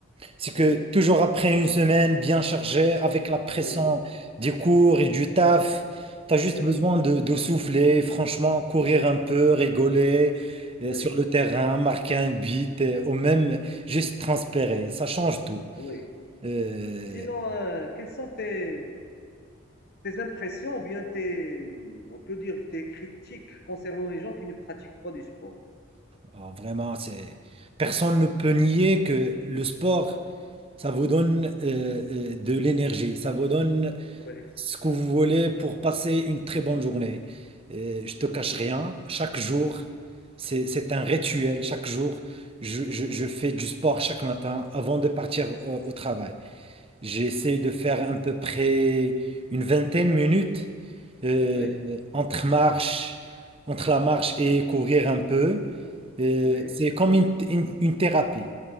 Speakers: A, on the right; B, on the left.
A: C'est que
B: oui.
A: toujours après une semaine bien chargée, avec la pression
B: Oui,
A: des cours et du taf, tu as juste
B: oui,
A: besoin de, de souffler, franchement, courir un peu, rigoler
B: oui,
A: euh, sur le terrain, marquer un but, euh, ou même juste transpirer. Ça change tout.
B: oui.
A: Euh,
B: Sinon, euh, quelles sont tes, tes impressions ou bien tes, on peut dire, tes critiques concernant les gens qui ne pratiquent pas du sport?
A: alors vraiment, c'est... personne ne peut nier que le sport, ça vous donne euh, euh, de l'énergie, ça vous donne
B: Oui.
A: ce que vous voulez pour passer une très bonne journée. Euh, je te
B: Hmm.
A: cache rien, chaque jour, c'est, c'est un rituel. Chaque jour, je, je- je fais du sport chaque matin avant de partir au, au travail. J'essaie de
B: Hmm.
A: faire à peu près une vingtaine de minutes euh,
B: Oui,
A: entre marche, entre la marche et courir un peu. Euh,
B: oui,
A: c'est comme une, une- une thérapie.